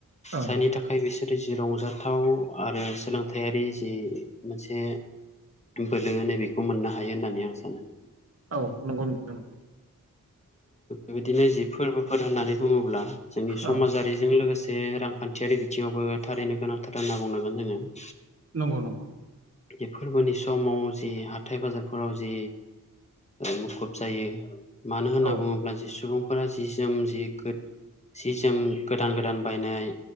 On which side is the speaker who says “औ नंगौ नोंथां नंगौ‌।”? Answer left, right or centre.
Right